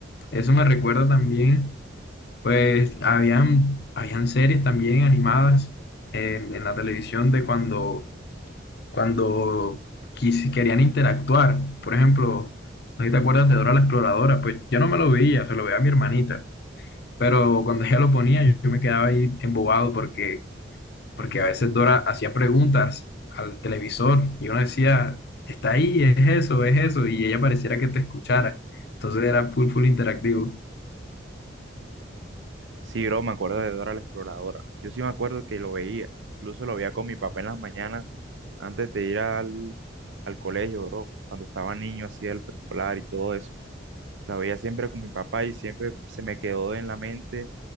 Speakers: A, on the left; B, on the right.
A: Eso me recuerda también, pues, habían, habían series también animadas en, en la televisión de cuando cuando quis- querían interactuar. Por ejemplo, no sé si te acuerdas de Dora la Exploradora, pues yo no me lo veía, se lo veía a mi hermanita, pero cuando ella lo ponía yo, yo me quedaba ahí embobado porque, porque a veces Dora hacía preguntas al televisor y uno decía, está ahí, es eso, es eso, y ella pareciera que te escuchara. Entonces era full, full interactivo.
B: Sí, bro, me acuerdo de Dora la Exploradora. Yo sí me acuerdo que lo veía. Incluso lo veía con mi papá en las mañanas antes de ir al, al colegio, bro. Cuando estaba niño, hacía el preescolar y todo eso. La veía siempre con mi papá y siempre se me quedó en la mente